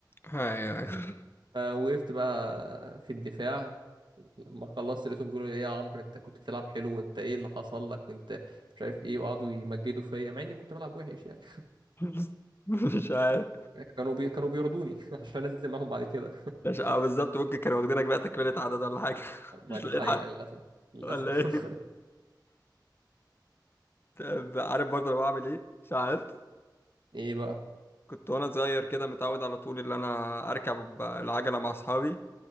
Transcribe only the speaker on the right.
فوقفت بقى في الدفاع لما خلصت لقيتهم بيقولوا لي ايه يا عمرو انت كنت بتلعب حلو وانت ايه اللي حصل لك كنت مش عارف ايه وقعدوا يمجدوا فيا مع اني كنت بلعب وحش يعني
كانوا بي... كانوا بيرضوني <laughs> عشان انزل معاهم بعد كده
ما
دي
حقيقة
للاسف للاسف
<laughs>
ايه بقى